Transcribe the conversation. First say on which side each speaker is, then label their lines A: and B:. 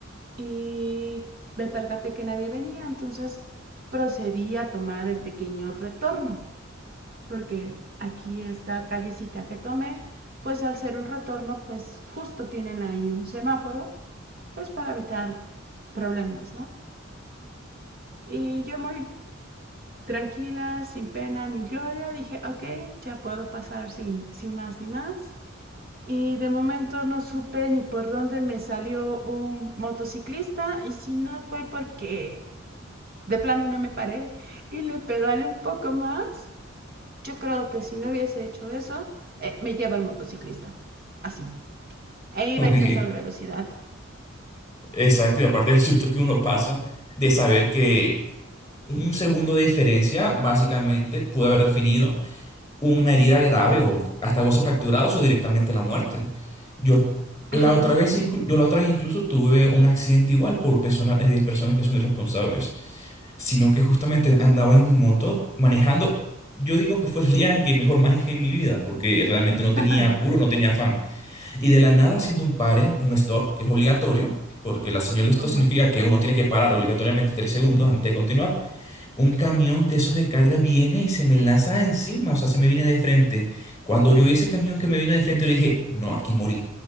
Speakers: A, on the right (about 50°); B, on the left (about 15°).
A: y me percaté que nadie venía, entonces procedí a tomar el pequeño retorno, porque aquí esta callecita que tomé, pues al ser un retorno, pues justo tienen ahí un semáforo, pues para evitar problemas, ¿no? Y yo muy tranquila, sin pena ni gloria, dije, ok, ya puedo pasar sin, sin más ni más. Y de momento no supe ni por dónde me salió un motociclista y si no fue porque de plano no me paré y le pedalé un poco más. Yo creo que si no hubiese hecho eso, eh, me lleva el motociclista. Así. E iba
B: <laughs>
A: a exceso
B: uy
A: de velocidad.
B: exacto, y aparte del susto que uno pasa de saber que Un segundo de diferencia, básicamente, puede haber definido una herida grave o hasta huesos fracturados o directamente la muerte. Yo la
A: Ajá.
B: otra vez, inclu- yo la otra vez incluso tuve un accidente igual por personas, personas que son irresponsables, sino que justamente andaba en mi moto manejando. Yo digo que fue el día en que mejor manejé en mi vida, porque realmente no tenía
A: <laughs>
B: apuro, no tenía afán. Y de la nada haciendo un pare, un stop, que es obligatorio, porque la señal de stop
A: Ajá.
B: significa que uno tiene que parar obligatoriamente tres segundos antes de continuar un camión de esos de carga viene y se me lanza encima, o sea, se me viene de frente. Cuando yo vi ese camión que me vino de frente, yo dije, no, aquí morí.